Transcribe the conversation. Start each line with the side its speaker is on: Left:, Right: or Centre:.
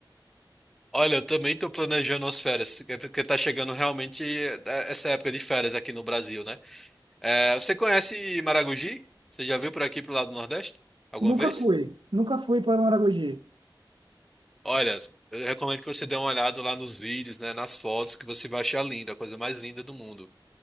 Centre: Olha, eu também tô planejando as férias, é porque tá chegando realmente é, essa época de férias aqui no Brasil, né? É, você conhece Maragogi? Você já viu por aqui pro lado do Nordeste? Alguma
Right: Nunca
Centre: vez?
Right: fui, nunca fui para Maragogi.
Centre: Olha, eu recomendo que você dê uma olhada lá nos vídeos, né, nas fotos, que você vai achar linda, a coisa mais linda do mundo.